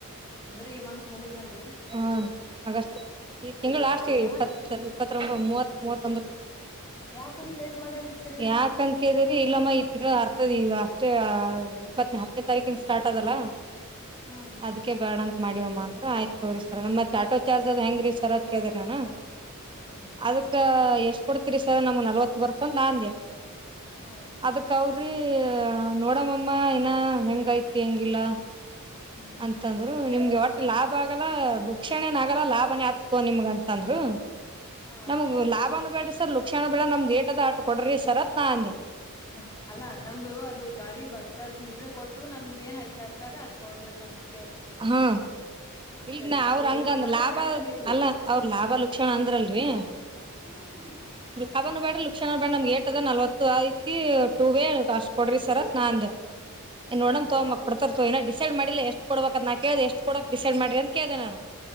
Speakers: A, on the left; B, on the right.
A: ಅಂದ್ರೆ ಈ ಮಂತ್ ಮುಗಿದ್ಮೇಲ್ರಿ.
B: ಹಾ ಆಗಸ್ಟು ಈ ತಿಂಗಳು ಲಾಸ್ಟಿಗೆ
A: ಯಾಕ
B: ಇಪ್ಪತ್ ಎರಡು. ಇಪ್ಪತ್ತು ಮೂವತ್ ಮೂವತ್ತೊಂದು.
A: ಯಾಕಂಗ ಲೇಟ್ ಮಾಡರಿ ಈ ಸ
B: ಯಾಕಂತ ಕೇಳಿದ್ರಿ ಇಲ್ಲಮ್ಮ ಈ ತಿಂಗಳ ಅರ್ತದಿ ಇದು ಅಷ್ಟೇ ಅ ಇಪ್ಪತ್ ನಾಕನೇ ತಾರೀಕಿಂದ ಸ್ಟಾರ್ಟ್ ಆದಲ್ಲ
A: ಹೂನ್ರಿ
B: ಅದಕ್ ಅಕೆ ಬೇಡ ಅಂತ ಮಾಡಿವಮ್ಮ ಅಂದ್ರು ಆಯ್ತು ತೋರಿ ಸರ್ ಆಟೋ ಚಾರ್ಜು ಅದ ಹೆಂಗ್ರೀ ಸರ್ರ ಅಂತ ಕೇಳದೆ ನಾನು.
A: ಹ್ಞೂ
B: ಅದಕ್ಕ ಎಷ್ಟ್ ಕೊಡ್ತಿರಿ ಸರ್ ನಮ್ಮ ನಲ್ವತ್ತು ಬರ್ತ ಅಂತ ನಾ ಅಂದೆ.
A: ಹಾ
B: ಅದಕ್ ಅವ್ರೀ ನೋಡಮ್ಮಮ್ಮ ಇನ್ನ ಹೆಂಗೈತಿ ಹೆಂಗಿಲ್ಲ.
A: ಹ್ಮ್
B: ಅಂತಂದ್ರು ನಿಮ್ಗೆ ಒಟ್ಟು ಲಾಭ ಆಗಲ್ಲ ಲುಕ್ಷಣೆ ಏನ ಆಗಲ್ಲ ಲಾಭನೇ ಆತ ತಗೋ ನಿಮ್ಗ ಅಂತಂದ್ರು.
A: ಹಾರಿ.
B: ನಮ್ಗು ಲಾಭನು ಬೇಡ ಸರ್ ಲುಕ್ಷಣ ಬೇಡ ನಮ್ದ್ ಏಟದ ಆಟು ಕೊಡ್ರಿ ಸರ್ ಅಂತ ನಾ ಅಂದೆ.
A: ಹ ಅಲ್ಲಾ ನಮ್ದು ಅದು ಗಾಡಿ ಬಸಸ್ ನೀವೇ ಕೊಟ್ಟು ನಮ್ದು ಏನ್ ಐದು ಸಾವಿರ್ ಪದ ಅಟ್ಕೊಡ್ಬೇಕಂತ ಕೇಳ್ಬೇಕ್ರಿ ನೀವು
B: ಹಾ
A: ಅಷ್ಟೇ
B: ಇಲ್
A: ರೀ
B: ನಾ ಅವ್ರ
A: ಅದು
B: ಹಂಗಂದ್
A: ಹೋಗೋ ಬರ
B: ಲಾಭ
A: ಚಾರ್ಜ ನೀವು ರೀ.
B: ಅಲ್ಲ ಅವ್ರ ಲಾಭ ಲಕ್ಷಣ ಅಂದ್ರಲ್ರೀ.
A: ಹಾ ಹಾ
B: ಹಬನ್ ಬೇಡ್ರ ಲುಕ್ಷಣ ಬೇಡ ನಮ್ ಏಟ್ ಅದ ನಲ್ವತ್ತು ಐತಿ ಟೂ ವೇ ಅಷ್ಟ್ ಕೊಡ್ರಿ ಸರ್ ಅಂತ ನಾಂದೆ.
A: ಹಾ
B: ನೋಡನ್
A: ರೀ
B: ತೋಂಮ ಕೊಡ್ತರ್ <unintelligible> ಡಿಸೈಡ್ ಮಾಡಿಲ್ಲ ಎಷ್ಟು ಕೊಡ್ಬೇಕ ಅಂತ ನಾ ಕೇಳ್ದೇ ಎಷ್ಟು ಕೊಡಕ್ ಡಿಸೈಡ್ ಮಾಡಿ ಅಂತ ಕೇಳ್ದೆ ನಾನು